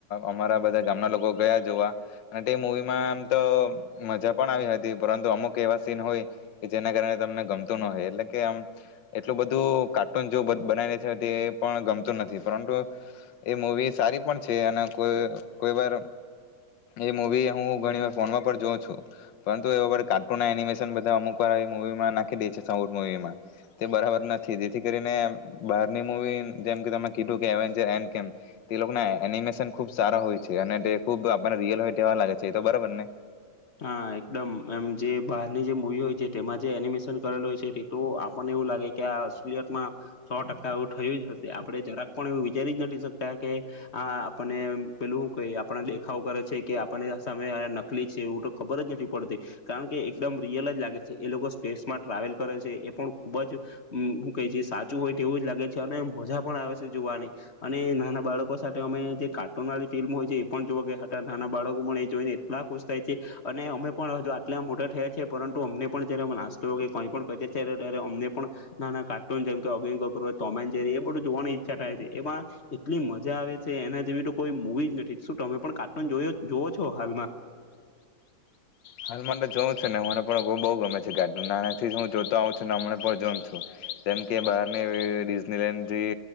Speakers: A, on the left (about 80°); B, on the left (about 45°).
A: અમારા બધા ગામના લોકો ગયા જોવા અને તે મવીમાં આમ તો મજા પણ આવી હતી પરંતુ અમુક એવા સીન હોય કે જેના કારણે તમને ગમતું ન હોય એટ કે આમ એટલું બધું કાર્ટૂન જો બનાવી રે છે એ પણ ગમતું નથી પરંતુ એ મવી સારી પણ છે અને કો કોઈ વાર એ મવી હું ઘણી વાર ફોનમાં પણ જોઉં છું પરંતુ એ કાર્ટૂન એનિમેશન બધા અમુક વાર મુવીમાં નાખી દે છે. મૂવી માં તે બરાબર નથી જેથી કરીને બહારની મવી જેમ કે ત કી કે તેના એનિમેશન ખુબ સારા હોય છે અને તે ખુબ આપણને રિયલ હોય તેવા લાગે છે એ તો બરાબર ને!
B: હા એકદમ એમ જે બહારની જે મુવી હોય છે તેમાં જે એનિમેશન કરેલું હોય છે તે તો આપણને એવું લાગે કે આ અસુલિયટમાં સો ટકા એવું થયું જ હશે આપડણે જરાક પણ એવું વિચારી જ નથી શકતા કે આ આપને પેલું ક આપને દેખાવ કરે છે કે આપણને સામે નકલી એવું તો ખબર જ નથી પડતી કારણ કે એકદમ રિયલ જ લાગે છે એ લોકો સ્પેસમાં ટ્રાવેલ કરે છે એ પણ ખુબ જું કહે છે સાચું હોય તેવું જ લાગે છે અને મજા પણ આવે છે જોવાની અને નાના બાળકો સાથે અમે જે કાર્ટૂન વાળી ફિલ્મ હોય છે એ પણ જોવા હતા નાના બાળકો પણ એ જોઈને એટલા ખુશ થાય છે અને અમે પણ આટલા મોટા થયા છે પરંતુ અમને પણ જયારે નાસ્તો કઈ પણ કહી ત્યારે અમને પણ નાના કાર્ટૂન જેમ અગ તોમેન જેરી એ બધું જોવાની ઈચ્છા થાય છે એમાં એટલી મજા આવે છે એના જેવી તો કોઈ મુવી જ નથી શું તમે પણ કાર્ટૂન જો જોઓ છો હાલમાં?
A: હાલ મા તો જોઉં છે ને મને પણ બઉ ગમે છે કાર્ટુન નાનાથી જ હું જોતો આવઉં છું હમને પણ જોમ છું જેમ કે બહારનીનીડ જે